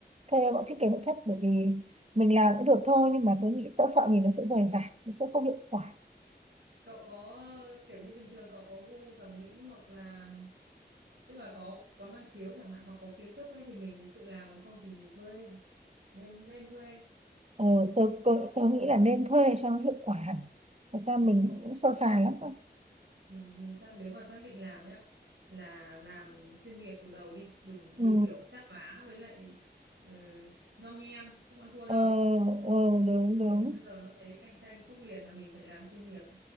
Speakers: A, on the right; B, on the right.
A: thuê bọn thiết kế nội thất bởi vì mình làm cũng được thôi nhưng mà tớ nghĩ tớ sợ nhìn
B: Ừ.
A: nó sẽ rời rạc nó sẽ không hiệu quả
B: cậu có kiểu như bình thường cậu có gu thẩm mỹ hoặc là tức là có có năng khiếu chẳng hạn hoặc có kiến thức ấy thì mình mới tự làm còn không thì mình thuê nên nên thuê
A: ờ, tớ, tớ tớ nghĩ
B: ừ,
A: là nên thuê cho nó hiệu quả hẳn thật ra
B: đúng
A: mình
B: rồi
A: cũng sơ sài lắm cơ.
B: mình mình xác nếu mà xác định làm nhá là làm chuyên nghiệp từ đầu đi đừng
A: ừ.
B: đừng kiểu chắp vá với lại ờ, nhom nhem không ăn thua đâu
A: ờ, ờ, đúng
B: thị
A: đúng
B: trường bây giờ nó thế cạnh tranh khốc liệt là mình phải làm chuyên nghiệp